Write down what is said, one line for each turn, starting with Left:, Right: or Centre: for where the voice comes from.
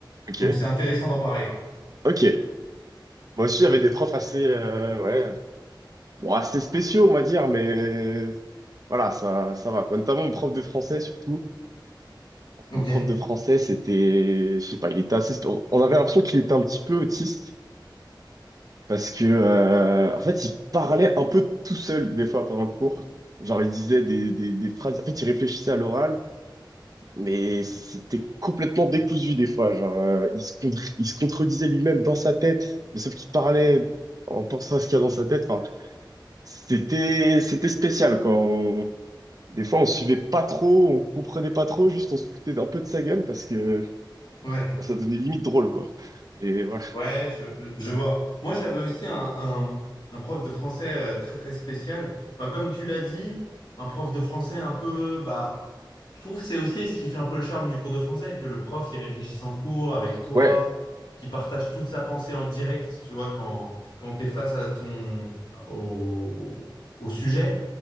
Right: ok,
Left: Donc, c'est intéressant d'en parler.
Right: ok. Moi aussi, j'avais des profs assez, euh, ouais, Bon, c'était spéciaux, on va dire, mais euh, voilà, ça, ça va, quoi. Notamment mon prof de français, surtout.
Left: Ok.
Right: Mon prof de français, c'était, je sais pas, il était assez... spé- On avait l'impression qu'il était un petit peu autiste, parce que, euh, en fait, il parlait un peu tout seul, des fois, pendant le cours. Genre, il disait des, des, des phrases... En fait, il réfléchissait à l'oral, mais c'était complètement décousu, des fois. Genre, euh, il se contre- il se contredisait lui-même dans sa tête, mais sauf qu'il parlait en pensant à ce qu'il y a dans sa tête. Enfin, c'était, c'était spécial, quoi. Des fois, on suivait pas trop, on comprenait pas trop, juste on se foutait un peu de sa gueule parce que
Left: Ouais,
Right: bah, ça devenait limite drôle, quoi. Et voilà.
Left: ouais, je, je je vois. Moi, j'avais aussi un, un, un prof de français euh, très, très spécial. Bah, comme tu l'as dit, un prof de français un peu, bah, Je trouve que c'est aussi ce qui fait un peu le charme du cours de français, que le prof, il réfléchisse en cours avec toi,
Right: Ouais,
Left: qui partage toute sa pensée en direct, tu vois, quand, quand tu es face à ton, au, au sujet.